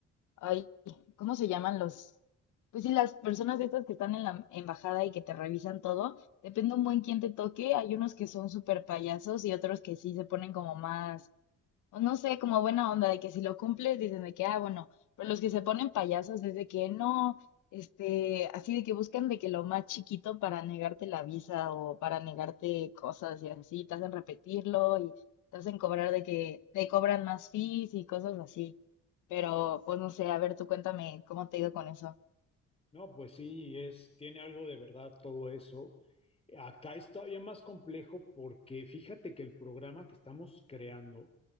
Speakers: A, on the left; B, on the left.
A: ay, ¿cómo se llaman los? Pues sí, las personas estas que están en la embajada y que te revisan todo, depende un buen quién te toque. Hay unos que son súper payasos y otros que sí se ponen como más o no sé, como buena onda de que si lo cumples dicen de que, ah, bueno, pero los que se ponen payasos es de que no, este, así de que buscan de que lo más chiquito para negarte la visa o para negarte cosas y así, te hacen repetirlo y te hacen cobrar de que te cobran más fees y cosas así. Pero pues no sé, a ver, tú cuéntame cómo te ha ido con eso.
B: No, pues sí, es, tiene algo de verdad todo eso. Acá es todavía más complejo porque fíjate que el programa que estamos creando,